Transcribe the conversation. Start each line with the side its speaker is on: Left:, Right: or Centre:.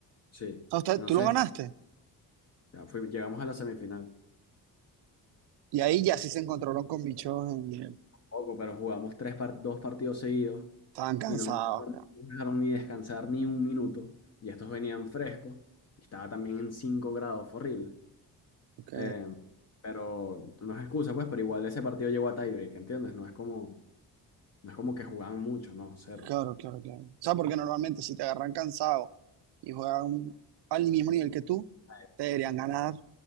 Left: Sí.
Right: Ah, usted-
Left: Entonces,
Right: ¿Tú lo ganaste?
Left: ya fui- llegamos a la semifinal.
Right: Y ahí ya sí se encontraron con bichos en-
Left: Poco, pero jugamos tres par- dos partidos seguidos
Right: Estaban cansados,
Left: y no me dejaron,
Right: claro.
Left: no me dejaron ni descansar ni un minuto. Y estos venían frescos. y Estaba también en 5 grados, fue horrible.
Right: Ok.
Left: Eh, pero no es excusa, pues, pero igual ese partido llegó a tiebreak, ¿entiendes? No es como, no es como que jugaban mucho, no, cero.
Right: Claro, claro, claro. O sea, porque normalmente si te agarran cansado y juegan un- al mismo nivel que tú,
Left: Ah, Exactamente.
Right: te deberían ganar